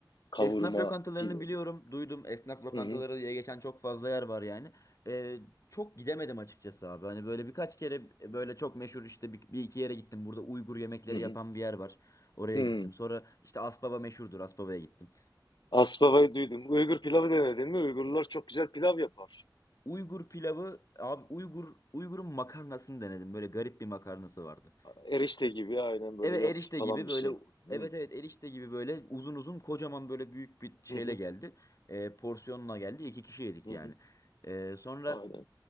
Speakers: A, on the left; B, on the left.
A: Kavurma,
B: Esnaf lokantalarını
A: pil.
B: biliyorum, duydum. Esnaf lokantaları
A: Hı hı.
B: diye geçen çok fazla yer var yani. Ee, çok gidemedim açıkçası abi. Hani böyle birkaç kere e, böyle çok meşhur işte bir, bir iki yere gittim. Burada Uygur yemekleri
A: Hı hı.
B: yapan bir yer var. Oraya
A: Hı.
B: gittim. Sonra işte Aspava meşhurdur. Aspava'ya gittim.
A: Aspava'yı duydum. Uygur pilavı denedin mi? Uygurlar çok güzel pilav yapar.
B: Uygur pilavı abi Uygur Uygur'un makarnasını denedim. Böyle garip bir makarnası vardı.
A: Erişte gibi aynen böyle
B: Evet
A: yatsı
B: erişte
A: falan
B: gibi
A: bir
B: böyle
A: şey. Hı,
B: evet evet erişte gibi böyle uzun uzun kocaman böyle büyük bir şeyle
A: hı, hı,
B: geldi. Ee, porsiyonla geldi. İki kişi yedik
A: hı,
B: yani.
A: hı.
B: Ee, sonra
A: Aynen.